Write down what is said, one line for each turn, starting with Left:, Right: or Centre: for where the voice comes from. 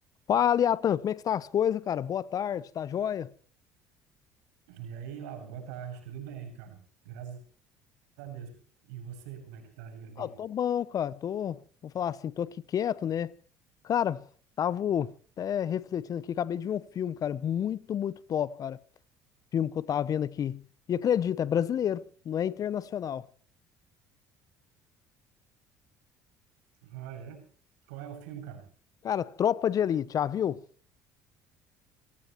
Left: Fala, Iatan. como é que está as coisas, cara? Boa tarde, tá joia?
Right: E aí, Lauro, boa tarde, tudo bem, cara? Graças a Deus. E você, como é que tá aí a vida?
Left: Ah, eu tô bom, cara. Tô, vou falar assim, tô aqui quieto, né? Cara, tava até refletindo aqui, acabei de ver um filme, cara, muito, muito top, cara. Filme que eu tava vendo aqui. E acredita, é brasileiro, não é internacional.
Right: Ah, é? Qual é o filme, cara?
Left: Cara, Tropa de Elite, já viu?